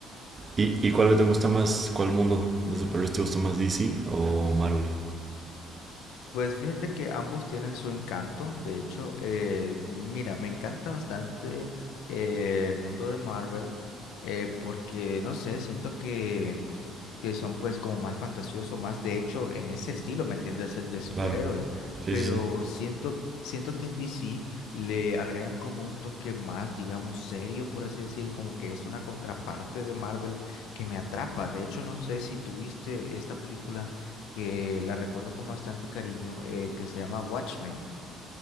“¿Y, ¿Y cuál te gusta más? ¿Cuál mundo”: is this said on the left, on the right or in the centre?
Right